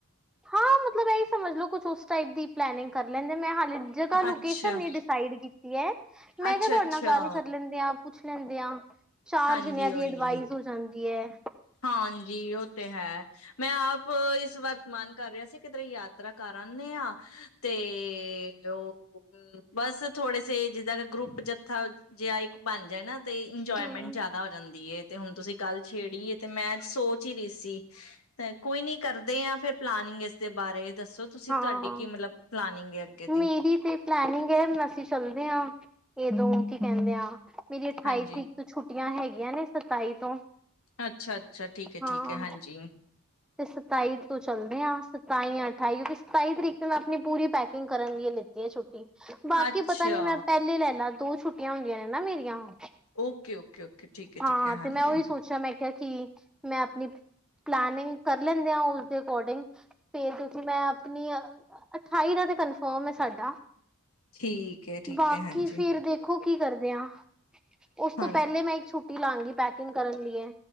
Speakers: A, in the centre; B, on the left (about 70°).
A: ਹਾਂ, ਮਤਲਬ ਇਹੀ ਸਮਝ ਲਓ ਕੁਛ ਉਸ ਟਾਈਪ ਦੀ ਪਲੈਨਿੰਗ ਕਰ ਲੈਂਦੇ ਮੈਂ ਜਗ੍ਹਾ
B: ਅੱਛਾ
A: ਲੋਕੇਸ਼ਨ ਨੀ ਡਿਸਾਈਡ ਕੀਤੀ ਐ। ਮੈਂ
B: ਅੱਛਾ
A: ਕਿਹਾ ਤੁਹਾਡੇ
B: ਅੱਛਾ
A: ਨਾਲ ਗੱਲ ਕਰ ਲੈਂਦੇ ਆ। ਪੁੱਛ ਲੈਂਦੇ ਆ, ਚਾਰ
B: ਹਾਂਜੀ
A: ਜਣਿਆਂ ਦੀ
B: ਉਹੀ
A: ਅਡਵਾਈਸ ਹੋ ਜਾਂਦੀ ਐ।
B: ਹਾਂਜੀ ਉਹ ਤੇ ਹੈ, ਮੈਂ ਆਪ ਇਸ ਵਰਤ ਮਨ ਕਰ ਰਿਹਾ ਸੀ। ਕਿੱਧਰੇ ਯਾਤਰਾ ਕਰ ਆਨੇ, ਆ ਤੇ <unintelligible> ਬਸ ਥੋੜੇ ਸੇ ਜਿੱਦਾਂ ਕਿ ਗਰੁੱਪ ਜੱਥਾ ਜੇਹਾ ਇੱਕ ਬਣ ਜਾਏ ਨਾ ਤੇ ਇੰਜੋਏਮੈਂਟ
A: ਹਮ
B: ਜਿਆਦਾ ਹੋ ਜਾਂਦੀ ਏ, ਤੇ ਹੁਣ ਤੁਸੀਂ ਗੱਲ ਛੇੜੀ ਏ ਤੇ ਮੈਂ ਅੱਜ ਸੋਚ ਹੀ ਰਹੀ ਸੀ, ਤੇ ਕੋਈ ਨੀ ਕਰਦੇ ਆ। ਫਿਰ ਪਲਾਨਿੰਗ ਇਸਦੇ ਬਾਰੇ ਦੱਸੋ? ਤੁਸੀਂ
A: ਹਾਂ
B: ਤੁਹਾਡੀ ਕੀ ਮਤਲਬ ਪਲਾਨਿੰਗ ਅੱਗੇ ਦੀ।
A: ਮੇਰੀ ਤੇ ਪਲੈਨਿੰਗ ਏ, ਅਸੀਂ ਚੱਲਦੇ ਹਾਂ ਇਹ ਦੋ ਕੀ ਕਹਿੰਦੇ ਆ ਮੇਰੀ ਅਠਾਈ
B: ਹਾਂਜੀ
A: ਤਰੀਕ ਛੁੱਟੀਆਂ ਹੈਗੀਆਂ ਨੇ, ਸਤਾਈ ਤੋਂ।
B: ਅੱਛਾ- ਅੱਛਾ, ਠੀਕ ਹੈ
A: ਹਾਂ
B: -ਠੀਕ ਹੈ, ਹਾਂਜੀ।
A: ਤੇ ਸਤਾਈ ਤੋਂ ਚੱਲਦੇ ਆ ਸਤਾਈ ਅ ਅਠਾਈ ਕਿਉਂਕਿ ਸਤਾਈ ਤਰੀਕ ਤੇ ਮੈਂ ਆਪਣੀ ਪੂਰੀ ਪੈਕਿੰਗ ਕਰਨ ਲਈ ਲਿੱਤੀ ਹੈ ਛੁੱਟੀ। ਬਾਕੀ
B: ਅੱਛਾ
A: ਪਤਾ ਨੀ ਮੈਂ ਪਹਿਲੇ ਲੈ ਲਾ ਦੋ ਛੁੱਟੀਆਂ ਹੁੰਦੀਆਂ ਨੇ ਨਾ ਮੇਰੀਆਂ ਹੁਣ।
B: Okay -okay- okay. ਠੀਕ ਹੈ
A: ਹਾਂ
B: ਠੀਕ ਹੈ ਹਾਂਜੀ
A: ਤੇ ਮੈਂ ਉਹੀ ਸੋਚਿਆ ਮੈਂ ਕਿਹਾ ਕਿ ਮੈਂ ਆਪਣੀ ਪਲੇਨਿੰਗ ਕਰ ਲੈਂਦੇ ਆ ਉਸਦੇ ਅਕੋਰਡਿੰਗ। ਫਿਰ ਤੁਸੀਂ ਮੈਂ ਆਪਣੀ ਅ ਅਠਾਈ ਦਾ ਤੇ ਕਨਫਰਮ ਏ ਸਾਡਾ,
B: ਠੀਕ ਹੈ ਠੀਕ
A: ਬਾਕੀ
B: ਹੈ ਹਾਂਜੀ
A: ਫਰ ਦੇਖ ਦੇਖੋ ਕੀ ਕਰਦੇ ਆ, ਉਸ ਤੋਂ
B: ਹਾਂ
A: ਪਹਿਲੇ ਮੈਂ ਇੱਕ ਛੁੱਟੀ ਲਾਾਂਗੀ ਪੈਕਿੰਗ ਕਰਨ ਲਈਏ।